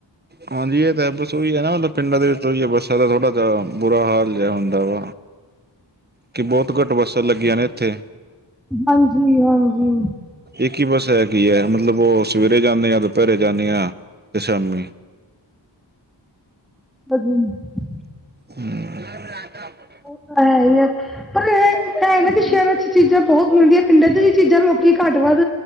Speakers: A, on the right; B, in the centre.
A: ਹਾਂਜੀ ਏ ਤਾਂ ਹੈ। ਬਸ ਓਈ ਐ ਨਾ ਮਤਲਬ ਪਿੰਡਾਂ ਦੇ ਵਿੱਚ ਓਈ ਐ ਬੱਸਾਂ ਦਾ ਥੋੜ੍ਹਾ ਜਾ ਬੁਰਾ ਹਾਲ ਜੇਆ ਹੁੰਦਾ ਵਾ। ਕਿ ਬੋਤ ਘੱਟ ਬੱਸਾਂ ਲੱਗੀਆਂ ਨੇ ਏਥੇ।
B: ਹਾਂਜੀ-ਹਾਂਜੀ
A: ਇੱਕ ਈ ਬੱਸ ਹੈਗੀ ਐ। ਮਤਲਬ ਓ ਸਵੇਰੇ ਜਾਨੇ ਆਂ ਦੁਪੈਰੇ ਜਾਨੇ ਆਂ ਤੇ ਸ਼ਾਮੀ।
B: <unintelligible>
A: <inaudible>
B: ਉਹ ਤਾਂ ਹੈ ਈ ਐ। ਪਰ ਇਹ-ਕਐ ਹੈ ਨਾ ਕਿ ਸ਼ੈਰਾਂ ਚ ਚੀਜ਼ਾਂ ਬਹੁਤ ਮਿਲਦੀਆਂ ਪਿੰਡਾਂ ਚ ਹੀ ਚੀਜ਼ਾਂ ਲੋਕੀ ਘੱਟ ਵੱਧ